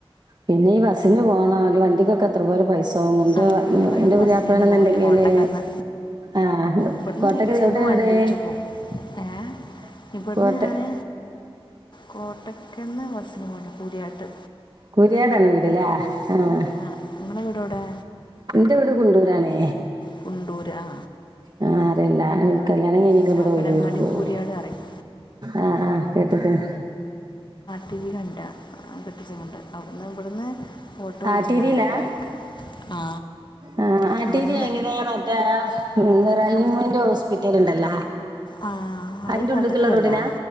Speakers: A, on the right; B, on the left.
A: പിന്നെ ഈ ബസ്സിന് പോണ അല്ലെങ്കി വണ്ടിക്കൊക്കെ എത്ര പോലെ പൈസ ആവും
B: ആ ഞാനും
A: എന്റെ
B: ബസ്സിൽ
A: പുതിയാപ്ലാണ്ന്നുണ്ടെങ്കില്
B: തന്നെ പോവില്ല കോട്ടക്കന്ന്
A: ആഹ്
B: ഇവിടുന്ന്
A: കോട്ടക്കല്
B: ചിലപ്പോൾ
A: എവിടെ
B: വണ്ടിയിലിച്ച്
A: വീട് <unintelligible>
B: പോവും ഏ ഇവിടുന്ന്
A: കോട്ട
B: ഞാന് കോട്ടക്കന്ന് വസന പോെ പൂര്യാട്ട്
A: കുര്യാടാണ് വീടല്ലേ ആഹ്
B: ആ നിങ്ങളുടെ വീട് എവിടെ
A: എന്റെ വീട് കുണ്ടൂരാണേ
B: കുണ്ടൂര് ആ
A: ആ അറിയില്ല കല്യാണം കഴിഞ്ഞക്ക
B: ചാപ്പനങ്ങാടി
A: ഇവിടെ ഒയരിക്കുവോ
B: കൂരിയാട് പറയും
A: ആ ആഹ് കേട്ട്ക്ക്ണ്
B: ട്ടിരി കണ്ട കെട്ടിച്ചുകൊണ്ട് അവിടുന്ന് ഇവിടുന്ന് ഓട്ടോ വിളിച്ച്
A: ആട്ടീരിലാ
B: പോകണം കോട്ടയക്ക് ആ
A: ആ ആട്ടിരി
B: ഇവിടുന്ന്
A: എങ്ങനെയാ മറ്റാ റഹീമിന്റെ ഹോസ്പിറ്റലിണ്ടല്ല
B: ആ അത്
A: അയിന്റെ
B: കോട്ടക്കലല്ലേ
A: ഉള്ളക്കുള്ള റോഡിനാ